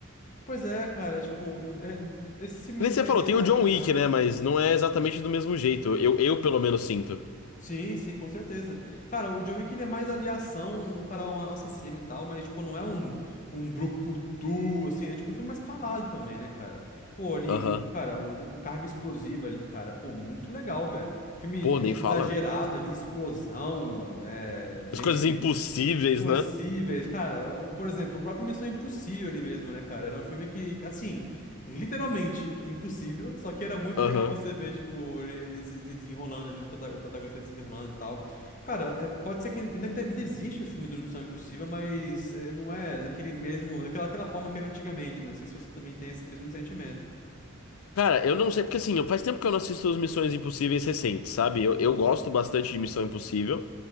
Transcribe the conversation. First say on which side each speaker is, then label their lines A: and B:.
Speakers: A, on the left (about 40°); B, on the left (about 75°).
A: Pois é, cara, tipo, é- é, esses filmes
B: Que Nem você
A: mais
B: falou,
A: exagerados,
B: tem o John Wick, né?
A: né?
B: Mas não é exatamente do mesmo jeito. Eu, eu pelo menos sinto.
A: Sim, sim, com certeza. Cara, o John Wick ele é mais ali ação, um cara é um assassino e tal, mas tipo, não é um, um brucutu, assim, né? Tipo, um filme mais calado também, né, cara? Pô, ali,
B: Aham.
A: em- cara, um, um carga explosiva ali, cara, pô, muito legal, velho. Filme
B: Pô,
A: de- exagerado
B: nem fala.
A: ali, explosão, é, gente.
B: As coisas impossíveis,
A: Impossíveis,
B: né?
A: cara. Por exemplo, o próprio Missão Impossível ali mesmo, né, cara? Era um filme que, assim, literalmente impossível, só que era muito
B: Aham.
A: legal você ver, tipo, ele ele se se desenrolando ali, os prota- o protagonista desenrolando e tal. Cara, é, pode ser que ainda, ainda existe o filme do Missão Impossível, mas é, não é daquele mesmo, daquela aquela forma que era antigamente, né? Não sei se você também tem esse mesmo sentimento.
B: Cara, eu não sei, porque assim, faz tempo que eu não assisto as Missões Impossíveis recentes, sabe? Eu,
A: Uhum.
B: eu gosto bastante de Missão Impossível,